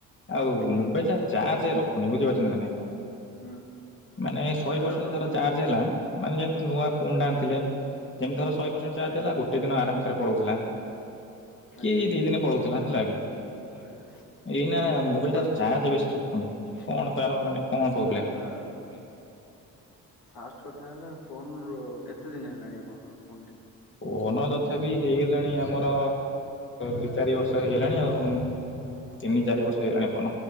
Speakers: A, on the left (about 30°); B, on the left (about 65°).
A: ଆଉ
B: ହୁଁ
A: ମୋବାଇଲ ଟା ଚାର୍ଜ ରଖ ପୁଣି ବୁଝିପାରୁଛନ୍ତି ନା ନାଇ?
B: ହୁଁ।
A: ମାନେ ଶହେ
B: ଚାର୍ଜ
A: ପରସେଣ୍ଟ
B: ରଖୁନି
A: ଧର ଚାର୍ଜ ହେଲା ମାନେ ଯେନ ନୂଆ ଫୋନ
B: ହଁ।
A: ଟା ଆଣିଥିଲେ ଯେମିତି ଧର ଶହେ ପରସେଣ୍ଟ ଚାର୍ଜ
B: ଆଜ୍ଞା
A: ହେଲା ଗୋଟେ ଦିନ ଆରାମସରେ ପଳଉଥିଲା।
B: ଆଜ୍ଞା
A: କି ଦି ଦିନ ପଳଉଥିଲା ହେଲା କି
B: ଆଜ୍ଞା
A: ଏଇନା ମୋବାଇଲ
B: ଫାଷ୍ଟ
A: ଟାକୁ ଚାର୍ଜ
B: କଥା
A: ବେଶୀ ରଖୁନି କଣ ତାର ମାନେ କଣ ପ୍ରୋବ୍ଲେମ?
B: ନା ଫାଷ୍ଟ କଥା ହେଲା ଫୋନ କେତେ ଦିନ ହେଲାଣି ଆପଣଙ୍କର ଫୋନ୍ ଟି
A: ଫୋନ ତଥାବି ହେଇଗଲାଣି ଆମର ଦି ଚାରି ବର୍ଷ। ବର୍ଷ ହେଇଗଲାଣି ଆଉ ତିନି ଚାରି ବର୍ଷ ହେଇଗଲାଣି। ଫୋ